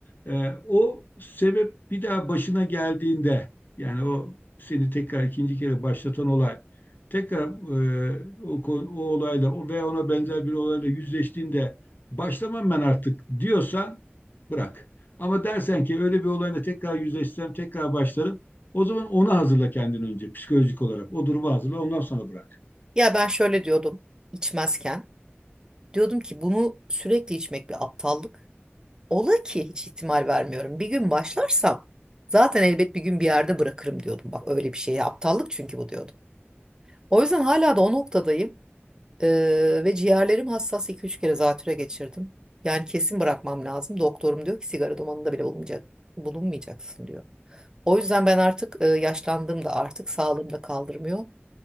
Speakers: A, on the left; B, on the right.
A: Ee, o sebep bir daha başına geldiğinde yani o seni tekrar ikinci kere başlatan olay tekrar e, o, ko- o olayla o veya ona benzer bir olayla yüzleştiğinde başlamam ben artık diyorsan bırak. Ama dersen ki öyle bir olayla tekrar yüzleşsem tekrar başlarım. O zaman onu hazırla kendini önce psikolojik olarak. O durumu hazırla ondan sonra bırak.
B: Ya ben şöyle diyordum içmezken. Diyordum ki bunu sürekli içmek bir aptallık. Ola ki hiç ihtimal vermiyorum. Bir gün başlarsam zaten elbet bir gün bir yerde bırakırım diyordum. Bak öyle bir şeye aptallık çünkü bu diyordum. O yüzden hala da o noktadayım. Ee, ve ciğerlerim hassas iki üç kere zatüre geçirdim. Yani kesin bırakmam lazım. Doktorum diyor ki sigara dumanında bile bulunmayacak, bulunmayacaksın diyor. O yüzden ben artık e, yaşlandığımda artık sağlığım da kaldırmıyor.